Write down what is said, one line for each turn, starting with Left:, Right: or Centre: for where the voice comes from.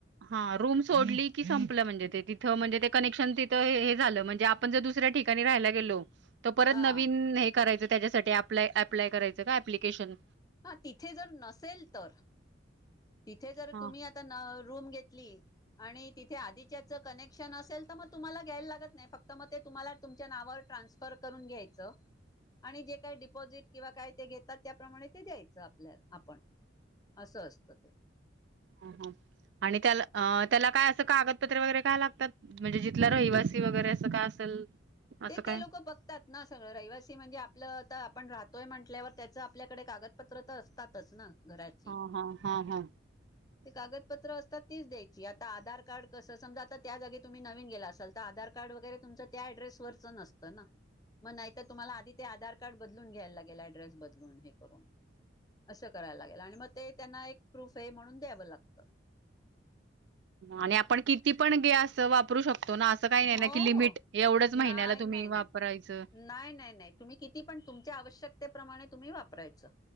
Right: हा रूम सोडली की संपलं. म्हणजे ते तिथं म्हणजे ते कनेक्शन तिथं हे झालं म्हणजे आप ण जर दुसऱ्या ठिकाणी राहायला गेलो त परत
Left: हा
Right: नवीन हे करायचं त्याच्यासाठी अप्लाय अप्लाय करायचं का प्लिकेशन?
Left: हा तिथे जर नसेल तर तिथे जर
Right: हा
Left: तुम्ही आता रूम घेतली आणि तिथे आधीच्याच कनेक्शन असेल तर मग तुम्हाला घ्यायला लागत नाही. फक्त मग ते तुम्हाला तुमच्या नावावर ट्रान्स र करून घ्यायचं. आणि जे काय डिपॉझिट किंवा काय ते घेतात त्याप्रमाणे ते द्यायचं आपल्याला आपण. असं असतं ते.
Right: हा हा आणि त्याला अ त्याला काय असं कागदपत्रे वगैरे काय लागतात? म्हणजे जिथला रहिवासी वगैरे असं काय असेल? असं
Left: ते ते
Right: काय
Left: लोक बघतात. ना सगळं रहिवासी म्हणजे आपलं आता आपण राहतोय म्हटल्यावर त्याचं आपल्याकडे कागदपत्र तर असतातच ना. घराची.
Right: हा हा हा हा
Left: ते कागदपत्र असतात तीच द्यायची. आता आधार कार्ड कसं समजा आता त्या जागी तुम्ही नवीन गेला असाल तर आधार कार्ड वगरे अड्रेसरच नसत ना. मग नाही तर तुम्हाला आधी ते आधार कार्ड बदलून घ्यायला लागेल ऍड्रेस बदलून हे करून. असं करायला लागेल आणि मग ते त्यांना एक प्रूफ आहे म्हणून द्यावं लागत.
Right: आणि आपण किती पण गॅस वापरू शकतो तो ना असं काही नाही
Left: हो
Right: ना की लिमिट
Left: हो
Right: एवढ्याच
Left: नाही
Right: महिन्याला तुम्ही
Left: नाही नाही
Right: वापरायचं?
Left: नाही नाही नाही तुम्ही किती पण तुमच्या आवश्यकतेप्रमाणे तुम्ही वापरायचं.